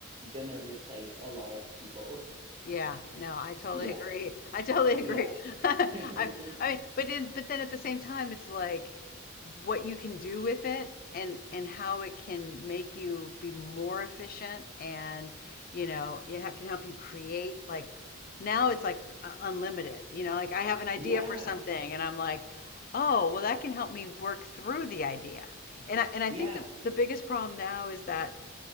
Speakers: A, on the right; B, on the left.
A: gonna replace a lot of people.
B: Yeah, no, I totally
A: Yeah.
B: agree. I totally
A: Yeah.
B: agree. <laughs> I,
A: <laughs>
B: I mean, but then, but then at the same time, it's like what you can do with it and and how it can make you be more efficient and you know, yeah, it can help you create like now it's like uh, unlimited. You know, like I have an idea
A: Yeah,
B: for something and I'm like, "Oh, well that can help me work through the idea." And I, and I
A: yeah,
B: think the the biggest problem now is that